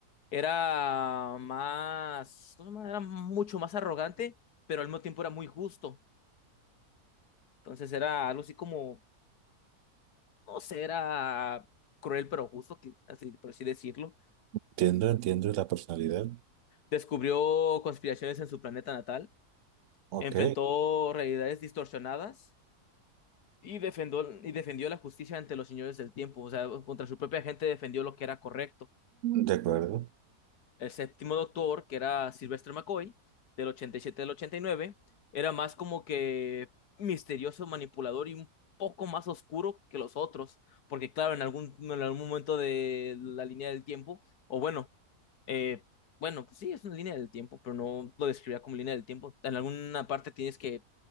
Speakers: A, on the left; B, on the right.
A: Era más, ¿cómo se llama? era mucho más arrogante, pero al mismo tiempo era muy justo. Entonces era algo así como, no sé, era cruel pero justo, que- así, por así decirlo.
B: entiendo, entiendo la personalidad.
A: Descubrió conspiraciones en su planeta natal
B: Ok,
A: enfrentó realidades distorsionadas Y defendió, y defendió la justicia ante los señores del tiempo, o sea, contra su propia gente defendió lo que era correcto.
B: de acuerdo.
A: El séptimo doctor, que era Sylvester McCoy, del 87 al ochenta y nueve era más como que misterioso, manipulador y un poco más oscuro que los otros, porque claro, en algún, en algún momento de la línea del tiempo, o bueno, eh, bueno, pues sí, es una línea del tiempo, pero no lo describía como línea del tiempo. En alguna parte tienes que,